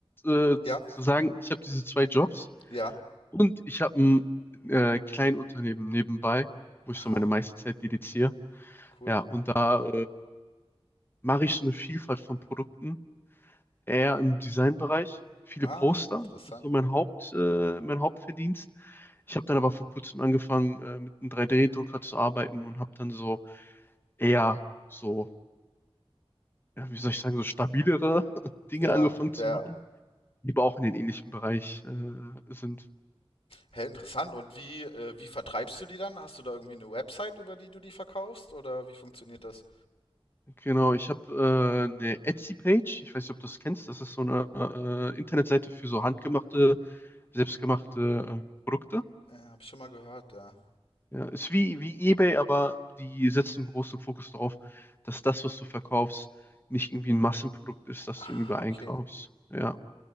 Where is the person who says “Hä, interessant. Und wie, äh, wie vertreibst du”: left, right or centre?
Left